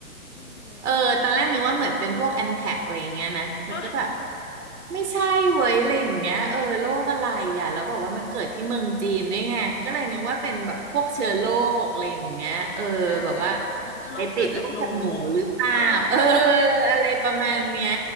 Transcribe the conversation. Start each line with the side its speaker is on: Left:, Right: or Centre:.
Left: อืม
Right: เออตอนแรกนึกว่าเหมือนเป็นพวกแอนแท็กอะไรอย่างเงี้ยนะแล้วก็แบบ
Left: เออ
Right: ไม่ใช่เว้ยอะไรอย่างเงี้ยเออโรคอะไรอ่ะแล้วบอกว่ามันเกิดที่เมืองจีนด้วยไงก็เลยนึกว่าเป็นแบบพวกเชื้อโรคอะไรอย่างเงี้ยเออแบบว่า
Left: ใช่นึกว่าโรคเกิดจากหนู
Right: ไปติดโรคจากหนูหรือเปล่าเออ
Left: เออ
Right: อะไรประมาณเนี้ย